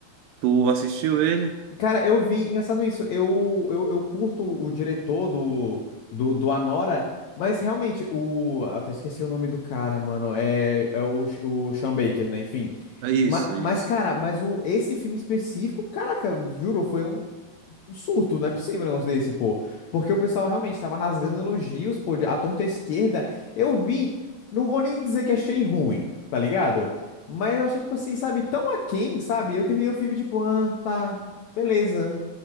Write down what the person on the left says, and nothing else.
Cara, eu vi, engraçado isso, eu, eu, eu curto o diretor do, do, do Anora, mas realmente, o, até esqueci o nome do cara, mano, é, é o, o Sean Baker, né, enfim.
Mas, mas
cara, mas o, esse filme específico, caraca, juro, foi um, um surto, não é possível um negócio desse, pô. Porque o pessoal realmente tava rasgando elogios, pô, de- à torta à esquerda. Eu vi, não vou nem dizer que achei ruim, tá ligado? Mas eu achei, tipo assim, sabe, tão aquém, sabe? Eu terminei o filme, tipo, ah, tá, beleza